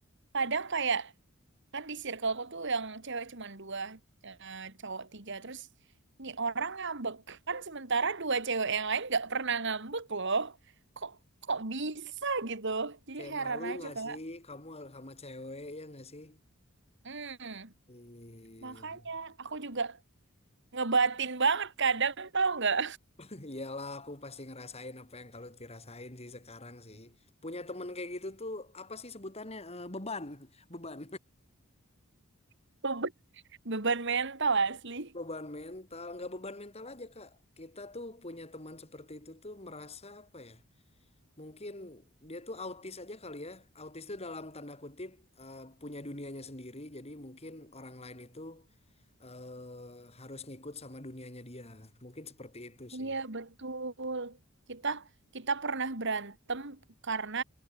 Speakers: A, on the right; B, on the left.
A: kadang kayak kan di circleku tuh yang cewek cuman dua eh, cowok tiga terus nih orang ngambek kan sementara dua cewek yang lain nggak pernah ngambek loh kok kok bisa gitu jadi
B: Kayak
A: heran
B: malu
A: aja
B: nggak
A: kak
B: sih kamu sama cewek ya nggak sih?
A: hmm
B: Ih,
A: makanya aku juga ngebatin banget kadang tau nggak
B: <laughs> Iyalah aku pasti ngerasain apa yang kalau dirasain sih sekarang sih. Punya temen kayak gitu tuh apa sih sebutannya? Eh, beban, <laughs> beban.
A: <laughs> beban, beban mental asli
B: Beban mental, nggak beban mental aja Kak. Kita tuh punya teman seperti itu tuh merasa apa ya? Mungkin dia tuh autis aja kali ya. Autis tuh dalam tanda kutip eh, punya dunianya sendiri. Jadi mungkin orang lain itu eh, harus ngikut sama dunianya dia. Mungkin seperti itu
A: Iya,
B: sih.
A: betul. Kita kita pernah berantem karena